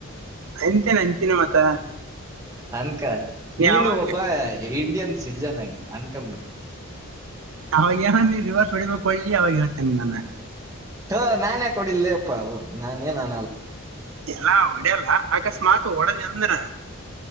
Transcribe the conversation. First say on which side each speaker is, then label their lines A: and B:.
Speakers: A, on the right; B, on the right.
A: ಅಂತಿನ ಅಂತಿನ ಮತ್ತ
B: ಅನ್ಕ
A: ನೀ
B: ನೀನು
A: ಅವಾಗ
B: ಒಬ್ಬ ಇಂಡಿಯನ್ ಸಿಟಿಜನ್ ಆಗಿ ಅನ್ನ್ಕಬೀಡು
A: ಅವಾಗ ಏನನ ನಿನ್ನ ರಿವರ್ಸ್ ಹೊಡಿ ಬೇಕು ಹೊಲ್ಲಿ ಅವಾಗ ಹೇಳ್ತೀನಿ ನಾನು
B: ಹಾ ನಾನ್ಯಾಕೆ ಹೊಡೆಲಿ ಯಪ್ಪಾ ನಾನನ್ ಏನ
A: ಎಲ್ಲ ಒಡೆಯಲ್ಲ ಅಕಸ್ಮಾತ್ ಓಡದ ಎಂದ್ರ